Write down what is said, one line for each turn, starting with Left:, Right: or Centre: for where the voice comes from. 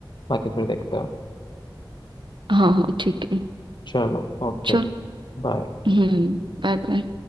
Left: बाकी फिर देखते हैं
Right: हाँ हाँ ठीक है
Left: चलो ओके
Right: चल
Left: बाय
Right: हम्म Bye bye